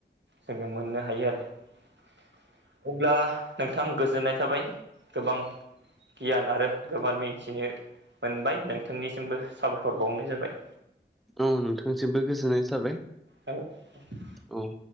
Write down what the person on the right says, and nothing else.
जोङो मोननो हायो आरो अब्ला नोंथां गोजोननाय थाबाय गोबां गियान आरो गोबां मिथिनो मोनबाय नोंथांनिसिमबो साबायखर बावनाय जाबाय
औ औ